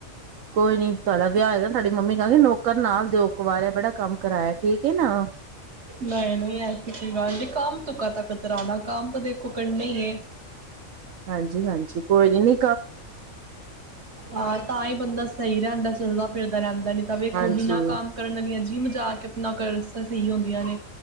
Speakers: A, on the right; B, on the right.
A: ਕੋਈ ਨੀ ਤੁਹਾਡਾ ਵਿਆਹ ਹੋਏਗਾ ਨਾ ਤੁਹਾਡੀ ਮੰਮੀ ਕਹਾਂਗੇ ਨੌਕਰ ਨਾਲ ਦਿਓ, ਕਵਾਰਿਆ ਬੜਾ ਕੰਮ ਕਰਾਇਆ ਠੀਕ ਏ ਨਾ।
B: ਨਈ-ਨਈ ਐਸੀ ਕੋਈ ਗੱਲ ਨੀ ਕੰਮ ਤੋਂ ਕਾਦਾ ਕਤਰਾਨਾ, ਕੰਮ ਤਾਂ ਦੇਖੋ ਕਰਨਾ ਈ ਏ।
A: ਹਾਂਜੀ-ਹਾਂਜੀ। ਹੋਏ ਗੀ ਨਈ।
B: ਹਾਂ, ਤਾਂਹੀ ਬੰਦਾ ਸਈ ਰਹਿੰਦਾ ਚੱਲਦਾ-ਫਿਰਦਾ ਰਹਿੰਦਾ ਨੀ ਤਾਂ ਵੇ
A: ਹਾਂਜੀ।
B: ਕਰਨ ਵਾਲੀਆਂ ਜਿੰਮ ਜਾ ਕੇ ਆਪਣਾ <unintelligible> ਸਈ ਹੁੰਦੀਆਂ ਨੇ,